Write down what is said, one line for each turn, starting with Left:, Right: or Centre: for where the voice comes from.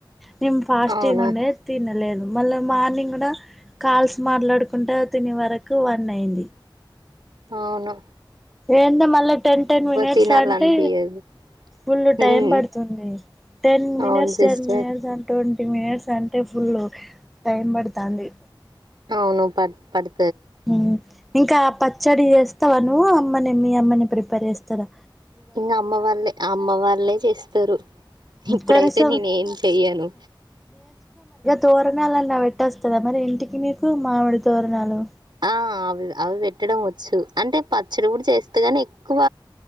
Centre: నేను ఫాస్టింగ్
Right: అవునా
Centre: ఉండే తినలేదు. మళ్ళా మార్నింగ్ కూడా కాల్స్ మాట్లాడుకుంట తినే వరకు వన్ అయింది.
Right: ఔను.
Centre: ఏంటో మళ్ళా టెన్ టెన్ మినిట్స్
Right: తినాలనిపియదు
Centre: అంటే ఫుల్లు
Right: హ్మ్
Centre: టైం పడుతుంది. టెన్ మినిట్స్
Right: అవును సిస్టర్
Centre: టెన్ మినిట్స్ అంటూం ఫిఫ్టీ మినిట్స్ అంటే ఫుల్ టైం పడతంది.
Right: అవును పడ్ పడ్
Centre: ఉమ్. ఇంకా పచ్చడి చేస్తావ నువ్వు అమ్మనే మీ అమ్మనే ప్రిపేర్ చేస్తాదా.
Right: ఇంకా అమ్మ వాళ్ళే ఆహ్ అమ్మ వాళ్ళే చేస్తరు. ఇప్పుడైతే
Centre: కనీసం
Right: నేను ఏం చెయను.
Centre: తోరణాలు అన్న పెట్టోస్తాదా మరి ఇంటికి నీకు మామిడి తోరణాలు.
Right: ఆహ్ అవి అవి పెట్టడం వచ్చు అంటే పచ్చడి కూడా చేస్తగాని ఎక్కువ